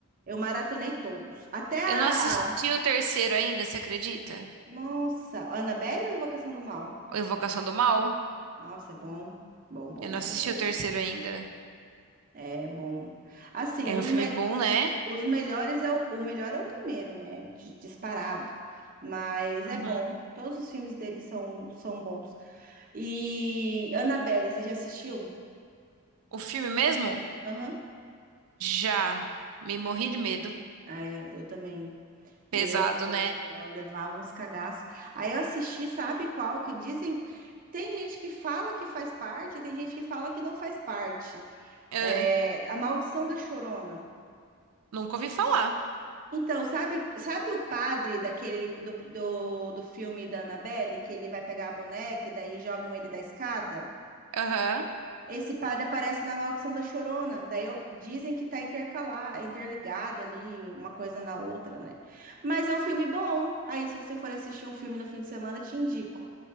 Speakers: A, on the right; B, on the right.
A: Eu maratonei todos. Até a.
B: Eu não assisti o terceiro ainda, você acredita?
A: Nossa, a Annabelle ou Invocação do Mal?
B: O Invocação do Mal?
A: Nossa, é bom. Bom, bom,
B: Eu não
A: bom,
B: assisti
A: bom.
B: o terceiro ainda.
A: É bom. Assim,
B: É
A: os,
B: um filme
A: me-
B: bom, né?
A: os melhores é o... o melhor é o primeiro, né? De- Disparado. Mas
B: Uhum.
A: é bom. Todos os filmes dele são, são bons. E Annabelle, você já assistiu?
B: O filme mesmo?
A: Aham.
B: Já. Me morri de medo.
A: Ah, é, eu também.
B: Pesado,
A: Meu Deus,
B: né?
A: ela levava uns cagaços. Aí eu assisti, sabe qual? Que dizem. Tem gente que fala que faz parte, tem gente que fala que não faz parte.
B: Ah,
A: É, A Maldição da Chorona.
B: nunca ouvi falar.
A: Então, sabe, sabe o padre daquele do, do, do filme da Annabelle, que ele vai pegar a boneca e daí jogam ele da escada?
B: Aham.
A: Esse padre aparece na Maldição da Chorona. Daí eu- dizem que tá intercalado, interligado ali, uma coisa na outra, né? Mas é um filme bom. Aí, se você for assistir um filme no fim de semana, te indico.